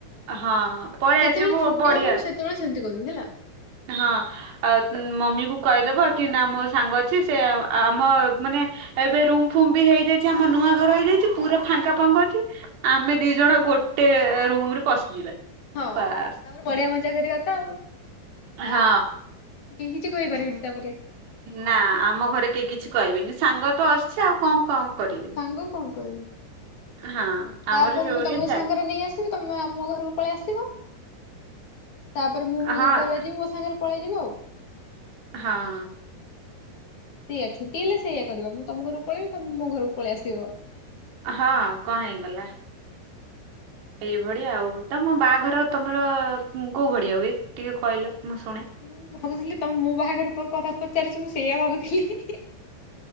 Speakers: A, on the right; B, on the left.
A: ହଁ ପଳେଇ
B: ମାନେ ଯେତେବେଳେ
A: ଆସିବୁ
B: ଛୁଟି
A: ବଢିଆ
B: ହବ ମୁଁ ସେତେବେଳେ ସେମିତି କରିବି ହେଲା।
A: ହଁ ଆଉ ମମି କୁ କହିଦବ କି ନା ମୋ ସାଙ୍ଗ ଅଛି ସେ
B: ହଁ
A: ଆମ ମାନେ ଏବେ ରୁମ ଫୁମ ବି ହେଇଯାଇଛି ଆମ ନୂଆ ଘର ହେଇଯାଇଛି ପୁରା
B: ହଁ।
A: ଫାଙ୍କା ଫାଙ୍କା ଅଛି, ଆମେ ଦି ଜଣ ଗୋଟେ ରୁମ ରେ ପଶିଯିବା।
B: ହଁ,
A: ବାସ୍
B: ତାପର ବଢିଆ ମଜା କରିବା ତ ଆଉ।
A: ହଁ,
B: କେହି କିଛି କହିପାରିବିନି ତାପରେ।
A: ନାଁ ଆମ ଘରେ କେହି କିଛି କହିବେନି। ସାଙ୍ଗ ତ ଆସିଛି ଆଉ କଣ କଣ
B: ହଁ
A: କରିବେ?
B: <unintelligible>
A: ହଁ
B: ତାପରେ
A: ଆମର ସବୁ
B: ମୁଁ ତମକୁ
A: କିଛି ଚାଲି
B: ସାଙ୍ଗରେ ନେଇ ଆସିବି ତମେ ଆମ ଘରକୁ ପଳେଇ ଆସିବ ତାପରେ ମୁଁ
A: ହଁ
B: ଯେତେବେଳେ ଯିବି ମୋ ସାଙ୍ଗରେ ପଳେଇ ଯିବ ଆଉ।
A: ହଁ।
B: ସେଇଆ ଛୁଟି ହେଲେ ସେଇଆ କରିବା ମୁଁ ତମ ଘରକୁ ପଳେଇବି ତମେ ମୋ ଘରକୁ ପଳେଇ ଆସିବ।
A: ହଁ କଣ ହେଇଗଲା? ଏଇଭଳିଆ ଆଉ। ତମ ବାହାଘର ତମର କୋଉ ଭଳିଆ ହୁଏ ଟିକେ କହିଲ? ମୁଁ ଶୁଣେ।
B: ମୁଁ ଭାବୁଥିଲି ତମ ମୋ ବାହାଘର କଥା ପଚାରୁଛି ମୁଁ ସେଇଆ ଭାବୁଥିଲି।